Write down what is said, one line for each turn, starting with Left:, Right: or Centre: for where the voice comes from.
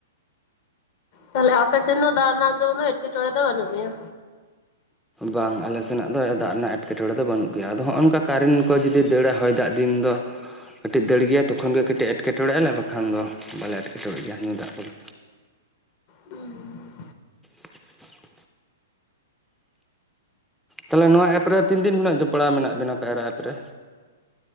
Left: ᱛᱟᱞᱦᱮ ᱟᱯᱮ ᱥᱮᱱ ᱫᱚ ᱫᱟᱜ ᱨᱮᱱᱟᱜ ᱫᱚ ᱩᱱᱟᱹᱜ ᱮᱸᱴᱠᱮᱴᱚᱬᱮ ᱫᱚ ᱵᱟᱹᱱᱩᱜ ᱜᱮᱭᱟ
Centre: ᱵᱟᱝ ᱟᱞᱮ ᱥᱮᱱᱟᱜ ᱫᱚ ᱫᱟᱜ ᱨᱮᱱᱟᱜ ᱮᱴᱠᱮᱴᱚᱚᱲᱮ ᱫᱚ ᱵᱟᱹᱱᱩᱜ ᱜᱮᱭᱟ ᱟᱫᱚ ᱦᱚᱸᱜᱼᱚ ᱱᱚᱝᱠᱟ ᱠᱟᱨᱮᱱᱴ ᱠᱚ ᱡᱩᱫᱤ ᱫᱟᱹᱲᱟ ᱦᱚᱭ ᱫᱟᱜ ᱫᱤᱱ ᱩᱱ ᱫᱚ ᱠᱟᱹᱴᱤᱡ ᱫᱟᱹᱲ ᱜᱮᱭᱟ ᱛᱚᱠᱷᱚᱱ ᱜᱮ ᱠᱟᱹᱴᱤᱡ ᱮᱴᱠᱮᱴᱚᱬᱮᱜᱼᱟᱞᱮ ᱵᱟᱠᱷᱟᱱ ᱫᱚ ᱵᱟᱞᱮ ᱮᱴᱠᱮᱴᱚᱬᱮᱜ ᱜᱮᱭᱟ ᱧᱩ ᱫᱟᱜ ᱠᱚᱫᱚ
Left: ᱦᱩᱸ
Centre: <inaudible> ᱛᱟᱦᱚᱞᱮ ᱱᱚᱣᱟ ᱮᱯ ᱨᱮ ᱛᱤᱱ ᱫᱤᱱ ᱠᱷᱚᱱᱟᱜ ᱡᱚᱯᱲᱟᱣ ᱢᱮᱱᱟᱜ ᱵᱮᱱᱟ ᱠᱟᱭᱨᱟ ᱮᱯ ᱨᱮ